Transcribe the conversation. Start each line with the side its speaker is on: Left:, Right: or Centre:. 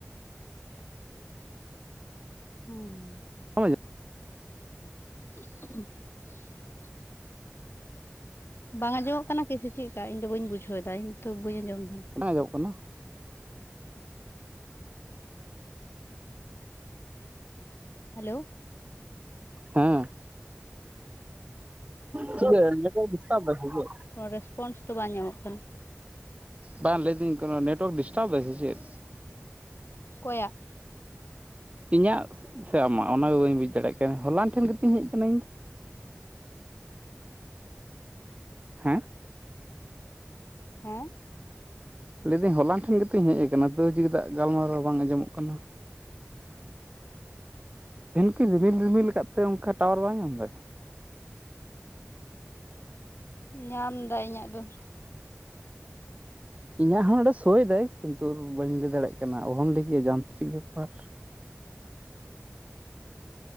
Left: ᱦᱩᱸ
Right: ᱵᱟᱢ <inaudible>
Left: <unintelligible> ᱵᱟᱝ ᱟᱸᱡᱚᱢᱚᱜ ᱠᱟᱱᱟ ᱠᱤ ᱥᱮ ᱪᱮᱫ ᱠᱟ ᱤᱧ ᱫᱚ ᱵᱟᱹᱧ ᱵᱩᱡᱷᱟᱹᱣ ᱫᱟ ᱤᱧ ᱛᱚ ᱵᱟᱹᱧ ᱟᱸᱡᱚᱢ ᱫᱟ ᱚᱱᱠᱟ
Right: ᱵᱟᱝ ᱟᱡᱚᱢᱚᱜ ᱠᱟᱱᱟ
Left: ᱦᱮᱞᱳ
Right: ᱦᱮᱸ <unintelligible> ᱪᱤᱠᱟᱹ ᱱᱮᱴᱣᱟᱨᱠ ᱰᱤᱥᱴᱟᱵ ᱫᱟᱭ ᱥᱮᱪᱮᱫ?
Left: ᱠᱚᱱᱚ ᱨᱮᱥᱯᱚᱱᱥ ᱫᱚ ᱵᱟᱝ ᱧᱟᱢᱚᱜ ᱠᱟᱱᱟ
Right: ᱵᱟᱝ ᱞᱟᱹᱭ ᱫᱟᱹᱧ ᱠᱚᱱᱚ ᱱᱮᱴᱚᱣᱟᱨᱠ ᱰᱤᱥᱴᱟᱵ ᱫᱟᱭ ᱥᱮ ᱪᱮᱫ
Left: ᱠᱚᱭᱟᱜ
Right: ᱤᱧᱟᱜ ᱥᱮ ᱟᱢᱟᱜ ᱚᱱᱟ ᱜᱮ ᱵᱟᱹᱧ ᱵᱩᱡᱽ ᱫᱟᱲᱮᱭᱟᱜ ᱠᱟᱱᱟ ᱦᱚᱞᱟᱱ ᱴᱷᱮᱱ ᱜᱮ ᱛᱩᱧ ᱦᱮᱡ ᱠᱟᱱᱟ ᱤᱧ ᱫᱚ ᱦᱮᱸ
Left: ᱦᱮᱸ
Right: ᱞᱟᱹᱭᱫᱟᱹᱧ ᱦᱚᱞᱟᱱ ᱴᱷᱮᱱ ᱜᱮᱛᱚᱧ ᱦᱮᱡ ᱟᱠᱟᱱᱟ ᱛᱟᱹᱣ ᱪᱮᱫᱟᱜ ᱜᱟᱞᱢᱟᱨᱟᱣ ᱵᱟᱝ ᱟᱸᱡᱚᱢᱚᱜ ᱠᱟᱱᱟ᱾ ᱛᱤᱦᱤᱱ ᱠᱤ ᱨᱤᱢᱤᱞ ᱨᱤᱢᱤᱞ ᱟᱠᱟᱫ ᱛᱮ ᱚᱱᱠᱟ ᱴᱟᱣᱟᱨ ᱵᱟᱭ ᱧᱟᱢ ᱫᱟᱭ᱾
Left: ᱧᱟᱢ ᱫᱟᱭ ᱤᱧᱟᱹᱜ ᱫᱚ᱾
Right: ᱤᱧᱟᱹᱜ ᱦᱚᱸ ᱱᱚᱸᱰᱮ ᱥᱳᱭᱫᱟᱭ ᱠᱤᱱᱛᱩ ᱵᱟᱹᱧ ᱞᱟᱹᱭ ᱫᱟᱲᱮᱭᱟᱜ ᱠᱟᱱᱟ ᱚᱦᱚᱢ ᱞᱟᱹᱭ ᱠᱮᱭᱟ ᱡᱟᱱᱛᱨᱤᱠ ᱵᱮᱯᱟᱨ᱾